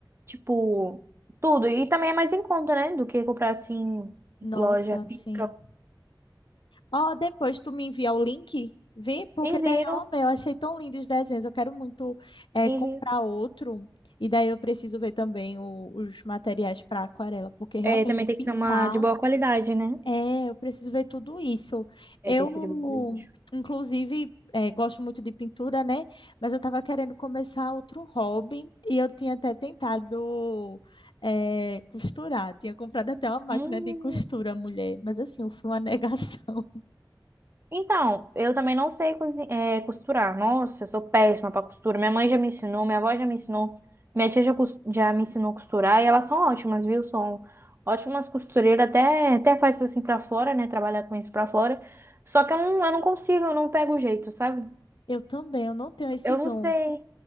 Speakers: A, on the right; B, on the left.
A: tipo, tudo. E também é mais em conta, né? Do que comprar assim,
B: Nossa,
A: loja física.
B: sim. Ó, depois tu me envia o link, vê? Porque
A: Envio,
B: daí eu amei, eu achei tão lindo os desenhos. Eu quero muito eh,
A: envio.
B: comprar outro. E daí eu preciso ver também o- os materiais para aquarela, porque realmente
A: É, também tem
B: pintar,
A: que ser uma de boa qualidade, né?
B: é, eu preciso ver tudo isso.
A: É,
B: Eu,
A: tem que ser de boa qualidade.
B: inclusive, eh, gosto muito de pintura, né? Mas eu estava querendo começar outro hobby e eu tinha até tentado eh, costurar. Tinha comprado até uma máquina
A: Hum,
B: de costura, mulher. Mas assim, eu fui uma <laughs> negação.
A: Então, eu também não sei cozi- eh, costurar. Nossa, eu sou péssima para costura. Minha mãe já me ensinou, minha avó já me ensinou, minha tia já, cos- já me ensinou a costurar e elas são ótimas, viu? São ótimas costureiras, até, até faz isso assim para fora, né? Trabalhar com isso para fora. Só que eu não, eu não consigo, eu não pego o jeito, sabe?
B: Eu também, eu não tenho esse
A: Eu
B: dom.
A: não sei.